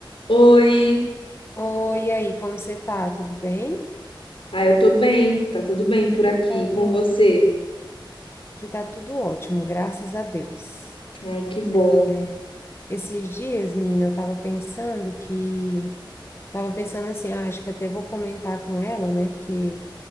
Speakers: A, on the left; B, on the left.
A: Oi,
B: Oi, e aí, como você tá? Tudo bem?
A: ah, eu tô bem, tá tudo bem por
B: Que
A: aqui
B: bom.
A: com você?
B: Aqui tá tudo ótimo, graças a Deus.
A: Ai, que bom.
B: É, Esses dias, menina, eu tava pensando que... Tava pensando assim, ah, acho que até vou comentar com ela, né? Porque,